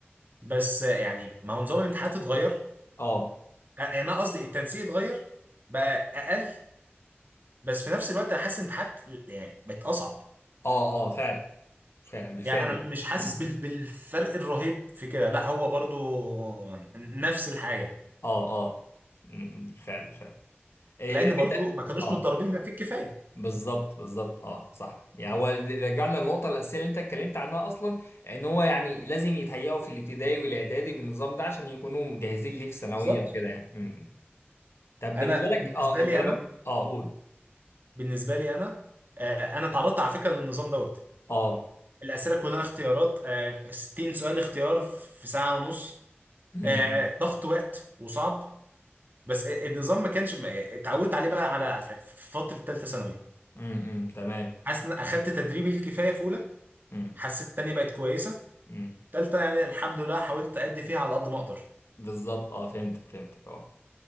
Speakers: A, on the right (about 50°); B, on the left (about 75°).
A: بس يعني ما هو نظام الامتحانات اتغير
B: اه
A: أ- يعني انا قصدي التنسيق اتغير بقى اقل بس في نفس الوقت انا حاسس الامتحانات يعني بقت اصعب
B: اه اه فعلا فعلا بالفعل
A: يعني انا
B: يعني
A: مش
B: <clears throat>
A: حاسس
B: م.
A: بال... بالفرق الرهيب في كده لا هو برضو نفس الحاجه
B: اه اه م- م، بالفعل فعلا إيه،
A: لان
B: إيه، لما
A: برضو
B: انت
A: ما كانوش
B: اه
A: متدربين بما فيه الكفايه
B: بالظبط بالظبط اه صح يعني هو رجعنا للنقطه الاساسيه اللي انت اتكلمت عنها اصلا ان هو يعني لازم يتهيئوا في الابتدائي والاعدادي بالنظام ده عشان يكونوا مجهزين ليه في ثانويه
A: بالظبط
B: وكده يعني امم. طب بالنسبه
A: انا
B: لك
A: بالنسبه
B: اه انت
A: لي
B: لما
A: انا
B: اه قول
A: بالنسبه لي انا آه، انا اتعرضت على فكره للنظام دوت
B: اه
A: الاسئله كلها اختيارات آه، 60 سؤال اختيار في ساعه ونص
B: امم
A: آه، ضغط وقت وصعب بس النظام ما كانش ما- اتعودت عليه بقى على في في فتره ثالثه ثانوي
B: امم امم. تمام
A: حاسس ان اخدت تدريبي الكفايه في اولى
B: امم
A: حسيت تانية بقت كويسه
B: امم.
A: ثالثه يعني الحمد لله حاولت ادي فيها على قد ما اقدر
B: بالظبط اه فهمتك فهمتك اه